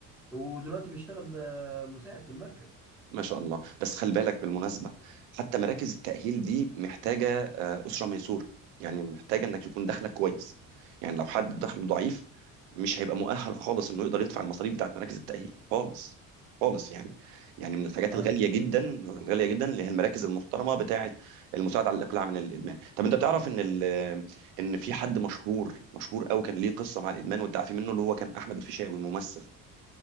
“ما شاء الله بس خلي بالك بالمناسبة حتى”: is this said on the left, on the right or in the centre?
Right